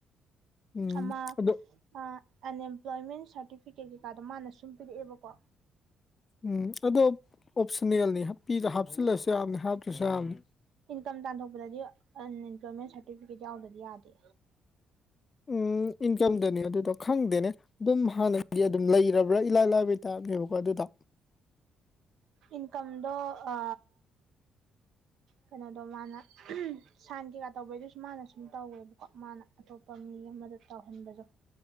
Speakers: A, on the left (about 35°); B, on the right (about 75°).
A: ꯎꯝ
B: ꯑꯃꯃ
A: ꯑꯗꯣ
B: ꯑ ꯑꯟꯑꯦꯝꯄ꯭ꯂꯣꯏꯃꯦꯟ ꯁꯥꯔꯇꯤꯐꯤꯀꯦꯠ ꯀꯩꯀꯥꯗꯣ ꯃꯥꯅ ꯁꯨꯝ ꯄꯤꯔꯛꯑꯦꯕꯀꯣ
A: ꯎꯝ ꯑꯗꯣ ꯑꯣꯞꯁꯟꯅꯦꯜꯅꯤ ꯍꯥꯄꯤꯗ ꯍꯥꯞꯆꯤꯜꯂꯁꯨ ꯌꯥꯝꯅꯤ ꯍꯥꯞꯇ꯭ꯔꯁꯨ ꯌꯥꯝꯅꯤ
B: ꯏꯟꯀꯝ ꯇꯥꯟꯊꯣꯛꯄꯗꯗꯤ ꯑꯟꯑꯝꯄ꯭ꯂꯣꯏꯃꯦꯟ ꯁꯥꯔꯇꯤꯐꯤꯀꯦꯠ ꯌꯥꯎꯗꯗꯤ ꯌꯥꯗꯦ
A: ꯎꯝ ꯏꯟꯀꯝꯗꯅꯤ
B: <unintelligible>
A: ꯑꯗꯨꯗꯣ ꯈꯪꯗꯦꯅꯦ ꯑꯗꯨꯝ ꯍꯥꯟꯅꯒꯤ ꯑꯗꯨꯝ ꯂꯩꯔꯕ꯭ꯔꯥ ꯏꯂꯥꯏ ꯂꯥꯏꯕ ꯇꯥꯛꯅꯦꯦꯕꯀꯣ ꯑꯗꯨꯗ
B: ꯏꯟꯀꯝꯗ ꯑ ꯀꯩꯅꯣꯗꯣ ꯃꯥꯅ ꯁꯟ ꯀꯩꯀꯥ ꯇꯧꯕꯩꯗꯨꯁꯨ ꯃꯥꯅ ꯁꯨꯝ ꯇꯧꯋꯦꯕꯀꯣ ꯃꯥꯅ ꯑꯇꯣꯞꯄ ꯃꯤ ꯃꯤ ꯑꯃꯗ ꯇꯥꯎꯍꯟꯕꯗ